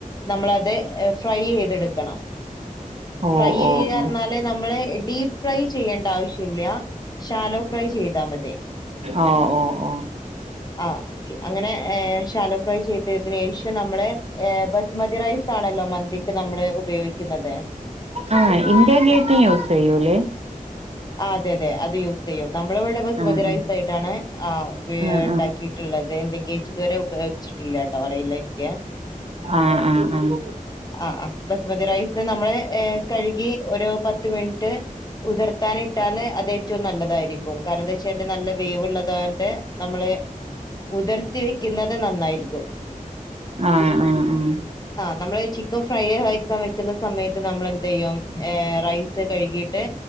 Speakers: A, on the left (about 30°); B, on the right (about 45°).
A: നമ്മളത് ഫ്രൈയ് എയ്ത് ട്ക്കണ്ണം
B: ഓ
A: ഫ്രൈയ
B: ഓ
A: യ്യ
B: ഓ
A: പറ്ഞ്ഞാല് നമ്മള് ഡീപ്പ് ഫ്രൈ ചെയ്യേണ്ട ആവശ്യല്ല ശാലോ ഫ്രൈ ചെയ്താ മതി
B: ആഹ്ഓ ഓ
A: ആഹ് ഓക്കെ അങ്ങനെ ശാലോ ഫ്രൈ ചെയ്തതിന് ശേഷം നമ്മളെ ഏ ബസുമതി റൈസ് സാണല്ലോ മന്തിക്ക് നമ്മള് ഉപയോഗിക്കുന്നത്
B: ആഹ് ഇന്ത്യാ ഗേറ്റും യൂസ് ചെയ്യൂല്ലേ
A: ആഹ് അതെ അതെ അത് യൂ സെയ്യും നമ്മള ഇവിടെ ബസ്മതി
B: ആഹ്
A: റൈസ്
B: ആഹ്
A: യിട്ടാണ് ആഹ് ഉപ
B: ആഹ്
A: ണ്ടാക്കി ട്ട്ള്ളത് ഇൻഡിക്കേറ്റ് ഇതുവരെ ഉപയോഗിച്ചിട്ടില്ല ട്ടോ അറിയില്ല ഇന്ക്ക്
B: ആഹ് ആഹ് ആഹ് ആഹ് ആഹ്
A: ആഹ് ആഹ് ബസുമതി റൈസ് നമ്മള് കഴുകി ഒരു പത്ത് മിനിറ്റ് കുതിർ ത്താനിട്ടാല് അത് ഏറ്റവും നല്ലതായിരിക്കും കാരണം ന്താ വെച്ചാല് നല്ല വേവ്ള്ളതായോണ്ട് നമ്മള് കുതിർത്തി വെക്കുന്നത് നന്നായിരിക്കും
B: ആഹ് ആഹ് ആഹ്
A: ആഹ് നമ്മള് ചിക്കൻ ഫ്രൈ അയ്ക്കാൻ വെക്കുന്ന സമയത്ത് നമ്മളെന്തയ്യും ഏ റൈസ് കഴുകിട്ട്